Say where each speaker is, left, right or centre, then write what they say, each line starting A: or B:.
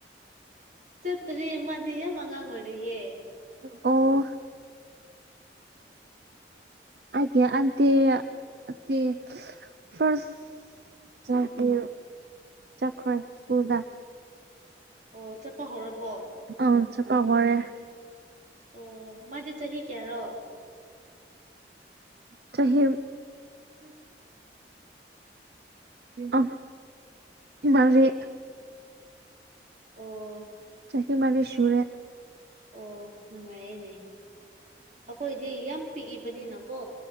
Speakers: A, on the right; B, on the right.
A: ꯆꯠꯇ꯭ꯔꯤ ꯃꯥꯗꯤ ꯌꯥꯝ ꯑꯉꯥꯡ ꯑꯣꯏꯔꯤꯌꯦ
B: ꯑꯣ ꯑꯩꯒꯤ ꯑꯟꯇꯤ ꯇꯦ ꯐꯔꯁ ꯆꯠꯇꯤ ꯆꯠꯈꯔ꯭ꯦ ꯁ꯭ꯀꯨꯜꯗ
A: ꯑꯣ ꯆꯠꯄ ꯍꯧꯔꯕꯣ
B: ꯑ ꯆꯠꯄ ꯍꯧꯔꯦ
A: ꯑꯣ ꯃꯥꯗꯤ ꯆꯍꯤ ꯀꯌꯥꯔꯣ
B: ꯆ ꯆꯍꯤꯦ <unintelligible>
A: ꯎꯝ <unintelligible>
B: ꯑ ꯃꯥꯔꯤ
A: ꯑꯣ
B: ꯆꯥꯍꯤ ꯃꯔꯤ ꯁꯨꯔꯦ
A: ꯑꯣ ꯅꯨꯡꯉꯥꯏꯌꯦꯅꯦ ꯑꯩꯈꯣꯏꯗꯤ ꯌꯥꯝ ꯄꯤꯛꯏꯕꯅꯤꯅꯀꯣ